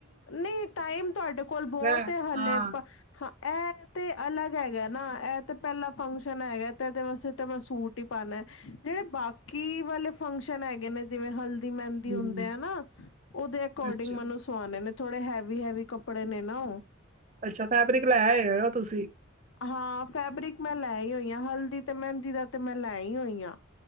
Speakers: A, on the left (about 80°); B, on the right (about 35°).
A: ਨਹੀਂ, ਟਾਈਮ ਤੁਹਾਡੇ ਕੋਲ ਬਹੁਤ
B: ਹੈ।
A: ਏ ਹਾਲੇ
B: ਹਾਂ
A: ਤਾਂ। ਹਾਂ ਇਹ ਤੇ ਅਲੱਗ ਹੈਗਾ ਨਾ, ਇਹ ਤੇ ਪਹਿਲਾ ਫੰਕਸ਼ਨ ਹੈਗਾ, ਤੇ ਇਹਦੇ ਵਾਸਤੇ ਤਾਂ ਮੈਂ ਸੂਟ ਹੀ ਪਾਣਾ। ਜਿਹੜੇ ਬਾਕੀ ਵਾਲੇ ਫੰਕਸ਼ਨ ਹੈਗੇ ਨੇ ਜਿਵੇਂ ਹਲਦੀ, ਮਹਿੰਦੀ
B: ਹਮ
A: ਹੁੰਦੇ ਆ ਨਾ, ਉਹਦੇ ਅਕੋਰਡਿੰਗ
B: ਅੱਛਾ
A: ਮੈਨੂੰ ਸੁਆਣੇ ਨੇ, ਥੋੜੇ ਹੈਵੀ- ਹੈਵੀ ਕੱਪੜੇ ਨੇ ਨਾ ਉਹ।
B: ਅੱਛਾ, ਫੈਬਰਿਕ ਲੈ ਆਏ ਹੋਏ ਹੋ ਤੁਸੀਂ।
A: ਹਾਂ ਫੈਬਰਿਕ ਮੈਂ ਲੈ ਆਈ ਹੋਈ ਆਂ, ਹਲਦੀ ਤੇ ਮਹਿੰਦੀ ਦਾ ਤੇ ਮੈਂ ਲੈ ਹੀ ਹੋਈ ਹਾਂ।